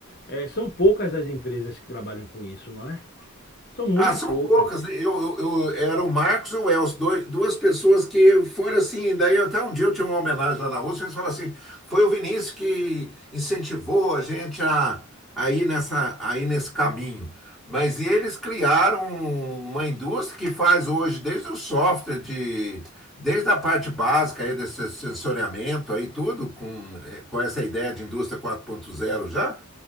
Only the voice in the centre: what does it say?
Ah, são
poucas. né? Eu, eu, eu- era o Marcos e o Elcio, dois, duas pessoas que foram assim. Daí até um dia eu tinha uma homenagem lá na Rússia, eles falaram assim: foi o Vinícius que incentivou a gente a, a ir nessa, a ir nesse caminho. Mas eles criaram uma indústria que faz hoje, desde o software, de, desde a parte básica aí desse sensoriamento aí, tudo, com, eh, com essa ideia de indústria quatro ponto zero já.